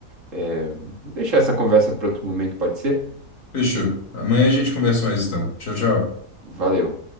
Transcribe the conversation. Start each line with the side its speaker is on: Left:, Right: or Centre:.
Right: É, vou deixar essa conversa para outro momento, pode ser?
Left: Fechou. Amanhã a gente conversa mais então. Tchau, tchau.
Right: Valeu.